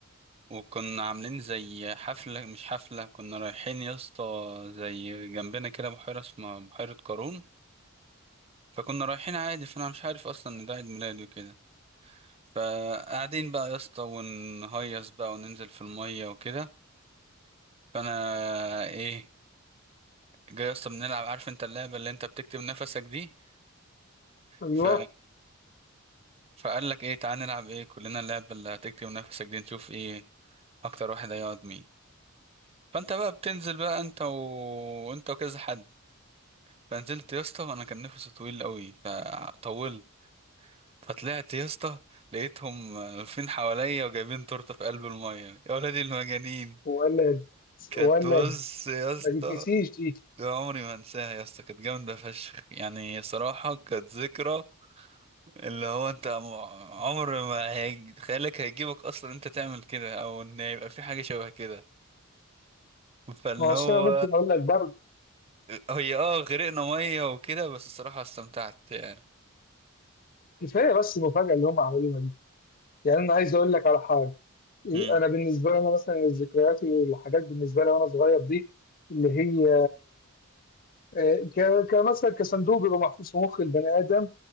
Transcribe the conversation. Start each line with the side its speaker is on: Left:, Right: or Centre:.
Right: وكنا عاملين زي حفله مش حفله كنا رايحين يا اسطى زي جنبنا كده بحيره اسمها بحيره قارون فكنا رايحين عادي فانا مش عارف اصلا ان ده عيد ميلادي وكده فقاعدين بقى يا اسطى ونهيص بقى وننزل في الميه وكده فانا آه، ايه جاي يا اسطى بنلعب عارف انت اللعبه اللي انت بتكتب نفسك دي
Left: ايوه
Right: ف فقال لك ايه تعالى نلعب ايه كلنا اللعبة اللي هتكتم نفسك دي نشوف ايه اكتر واحد هيقعد مين فانت بقى بتنزل بقى انت و... انت وكذا حد فنزلت يا اسطى وانا كان نفسي طويل قوي فطولت فطلعت يا اسطى لقيتهم واقفين حواليا وجايبين تورته في قلب الميه يا ولادي المجانين
Left: ولد
Right: كانت
Left: ولد
Right: بص يا اسطى
Left: ما تتنسيش دي
Right: عمري ما انساها يا اسطى كانت جامده فشخ يعني صراحه كانت ذكرى اللي هو انت عم- عمر ما هيج... خيالك هيجيبك اصلا انت تعمل كده او ان يبقى في حاجه شبه كده فاللي
Left: ما هو أصل
Right: هو
Left: أنا ممكن اقول لك برضه
Right: هي اه غرقنا ميه وكده بس الصراحه استمتعت يعني
Left: كفايه بس المفاجاه اللي هم عملوها دي يعني انا عايز اقول لك على حاجه إيه،
Right: امم
Left: انا بالنسبه لي انا مثلا الذكريات والحاجات بالنسبه لي وانا صغير دي اللي هي آه، ك- كمثلا كصندوق بيبقى محفوظ في مخ البني ادم